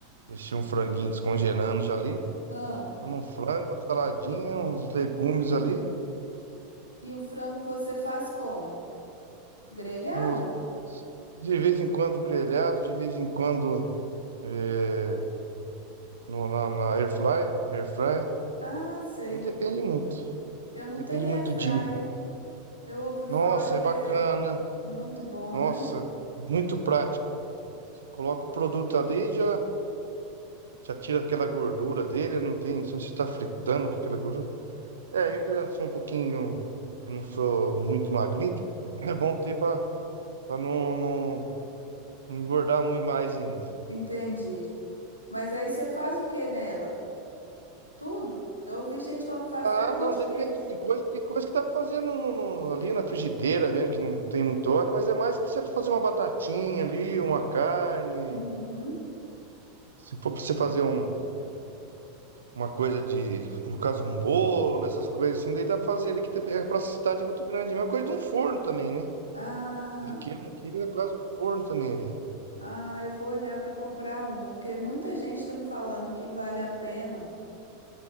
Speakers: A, on the right (about 70°); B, on the left (about 90°).
A: deixei um franguinho descongelando já ali.
B: Ah,
A: Então, Um frango, uma saladinha, uns legumes ali.
B: e o frango você faz como? Grelhado?
A: Eu, de vez em quando, grelhado, de vez em quando, é, no, na, na air fryer, air fry.
B: Ah, sei.
A: Aí depende muito.
B: Eu não
A: Depende
B: tenho
A: muito
B: air fryer.
A: do dia.
B: Eu ouvi
A: Nossa,
B: falar que
A: é bacana.
B: é muito bom,
A: Nossa,
B: né?
A: muito prático. Você coloca o produto ali e já, já tira aquela gordura dele. Não tem, se você não está fritando com aquela gordura. É, eu que já sou um pouquinho. Eu não sou muito magrinho. É bom ter para não, não não engordar muito mais ainda.
B: Entendi. Mas aí você faz o que nela? Tudo? Eu ouvi gente falando que faz
A: Ah,
B: até pão
A: não,
B: de
A: depende.
B: queijo.
A: Tem coisa, tem coisa que dá pra fazer no, no- no- ali na frigideira mesmo, que não tem muito óleo, mas é mais pra você fazer uma batatinha ali, uma carne.
B: Uhum.
A: Se for pra você fazer um- uma coisa de, no caso, um bolo, essas coisas assim, daí dá pra fazer ali, que também é pra cidade é muito grande. É A mesma coisa de um forno também, né?
B: Ah,
A: Ele queira ou não queira, ele é quase um forno também ali.
B: ah, eu vou olhar para comprar uma, porque muita gente está me falando que vale a pena,